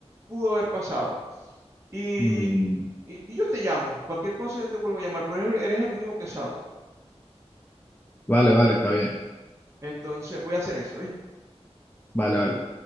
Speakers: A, on the right (about 25°); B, on the left (about 15°).
A: pudo haber pasado. Y,
B: Mm,
A: y- yo te llamo. Cualquier cosa yo te vuelvo a llamar, porque eres el único que sabe.
B: vale, vale, está bien.
A: Entonces, voy a hacer eso.
B: Vale, vale.